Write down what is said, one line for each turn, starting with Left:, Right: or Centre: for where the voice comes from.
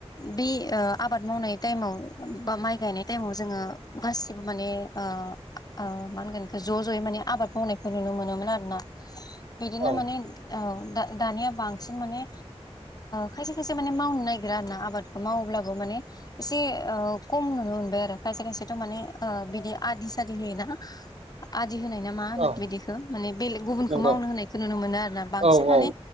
Left: बे आबाद मावनाय टाइमाव बा माइ गायनाय टाइमाव जोङो गासिबो माने ओ ओ मा होनगोन ज' ज'यै माने आबाद मावनायखौ नुनो मोनोमोन आरो ना बिदिनो
Right: औ
Left: माने औ दा दानिया बांसिन माने खायसे खायसे माने मावनो नागिरा आरोना आबादखौ मावोब्लाबो माने एसे खम नुनो मोनबाय आरो खायसे खायसेथ' माने बिदि आदि सादि होयोना आदि होनाय ना मा होनो
Right: औ
Left: बिदिखौ माने बेलेग गुबुनखौ
Right: नंगौ
Left: मावनो होनायखौ नुनो मोनो आरो ना बांसिन
Right: औ औ
Left: माने